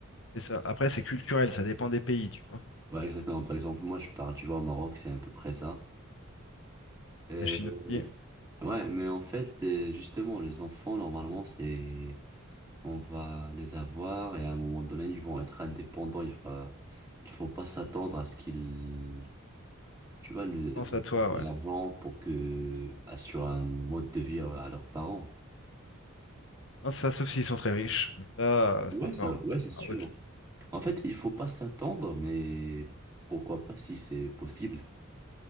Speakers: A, on the left; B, on the right.
A: c'est ça. Après, c'est culturel, ça dépend des pays, tu vois.
B: Ouais, exactement. Par exemple, moi, je parle, tu vois, au Maroc, c'est à peu près ça. Et
A: La Chine aussi.
B: Ouais, mais en fait, euh, justement, les enfants, normalement, c'est, on va les avoir et à un moment donné, ils vont être indépendants. Il faut, il faut pas s'attendre à ce qu'ils, tu vois, le,
A: Pense
B: dépensent
A: à toi,
B: de
A: ouais.
B: l'argent pour que, assurer un mode de vie à, à leurs parents.
A: Non, ça, sauf s'ils sont très riches, mais ça, euh,
B: Ouais,
A: c'est encore
B: ça, ouais, c'est sûr.
A: ah, autre chose.
B: En fait, il faut pas s'attendre, mais pourquoi pas si c'est possible.